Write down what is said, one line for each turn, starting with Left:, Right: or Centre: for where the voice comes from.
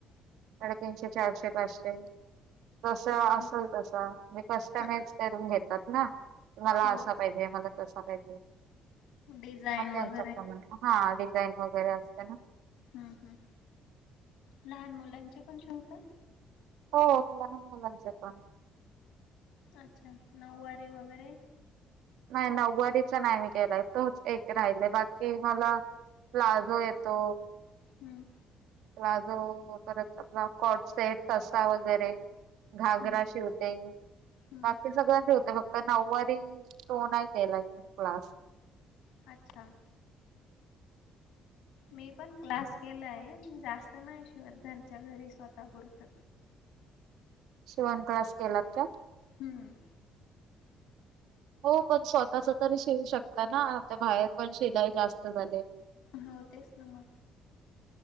Right: साडेतीनशे, चारशे, पाचशे. तस असल
Left: हम्म
Right: तसा म्हणजे कस्टमाइज
Left: हा,
Right: करून घेतात ना, की मला
Left: हो
Right: असं हे मला तसा पाहिजे.
Left: डिझाईन
Right: मग त्यांच्याप्रमाणे
Left: वगैरे.
Right: हा, डिझाईन वगैरे असते ना.
Left: हम्म, हम लहान मुलांचे पण शिवताय?
Right: हो, लहान मुलांच पण.
Left: अच्छा, नऊवारी वगैरे?
Right: नाही, नऊवारीचा नाही मी केलाय, तोच एक राहिलय बाकी मला प्लाझो येतो.
Left: हम्म.
Right: प्लाझो, परत आपला कॉट सेट, ठसा वगैरे. घागरा
Left: हम्म
Right: शिवते.
Left: हम्म
Right: बाकी सगळ्यां शिवते, फक्त नऊवारी तो नाही केलाय क्लास.
Left: अच्छा. मी पण क्लास केलाय, जास्त नाही शिवत घरच्या घरी स्वतः पुरतं.
Right: शिवण क्लास केलात का?
Left: हूम.
Right: हो पण स्वतःच तरी शिवू शकता ना? आता बाहेर पण शिलाई जास्त झालीये.
Left: हा तेच ना मग.